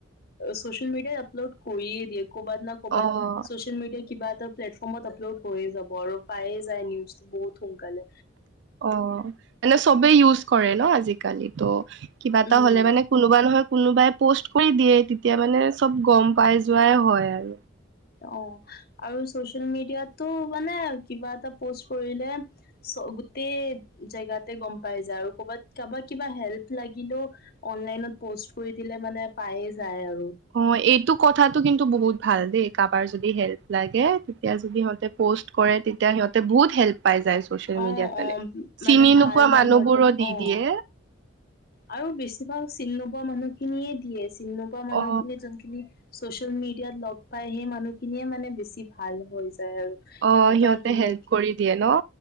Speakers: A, on the left; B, on the right.
A: চচিয়েল মিডিয়াই আপলোড কৰিয়ে দিয়ে ক'বাত না ক'বাত
B: অ
A: ছ'চিয়েল মিডিয়াই কিবা এটা প্লেটফৰ্মত আপলড হৈয়ে যাব আৰু পায়ে যায় নিউজটো বহুত সোনকালে
B: অ মানে চবেই ইউজ কৰে ন আজিকালি ত কিবা এটা
A: উম
B: হ'লে মানে কোনোবা নহয় কোনোবাই পষ্ট কৰি দিয়ে, তেতিয়া মানে চব গম পাই যোৱাই হয় আৰু।
A: অ আৰু চচিয়েল মিডিয়াটো মানে কিবা এটা পষ্ট কৰিলে গোটেই জেগাতে গম পাই যায়। আৰু ক'বাত কাবা কিবা হেল্প লাগিলো অনলাইন পষ্ট কৰি দিলে মানে পায়ে যায় আৰু।
B: অ এইটো কথাটো কিন্তু বহুত ভাল দেই, কাবাৰ যদি হেল্প লাগে তেতিয়া যদি সিহঁতে প'ষ্ট কৰে, তেতিয়া সিহঁতে বহুত হেল্প পাই যায় চচিয়েল
A: অ'
B: মিডিয়াত মানে,
A: অ'
B: চিনি
A: মানে
B: নোপোৱা
A: ভাল
B: মানুহবোৰো
A: মানুহৰ
B: দি
A: অ'
B: দিয়ে।
A: আৰু বেছিভাগ চিনি নোপোৱা মানুহখিনিয়ে দিয়ে চিনি নোপোৱা মানুহখিনি
B: অ
A: যোনখিনি চচিয়েল মিডিয়াত লগ পাই সেই মানুহ খিনিয়ে মানে বেছি ভাল হয় যায় আৰু সিহঁতৰ
B: অ সিহঁতে
A: ধুনীয়াকে
B: হেল্প কৰি দিয়ে ন